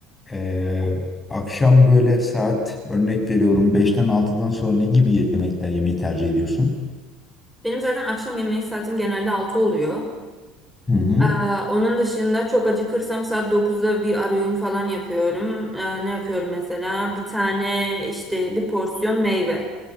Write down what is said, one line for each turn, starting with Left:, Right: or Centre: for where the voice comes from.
Left: ee, akşam böyle saat örnek veriyorum beşten altıdan sonra ne gibi yemekler yemeyi tercih ediyorsun?
Centre: Benim zaten akşam yemeği saatim genelde 6 oluyor.
Left: Hı hı.
Centre: Ee, onun dışında çok acıkırsam saat dokuzda bir arayün falan yapıyorum. Ee, ne yapıyorum mesela? Bir tane işte bir porsiyon meyve.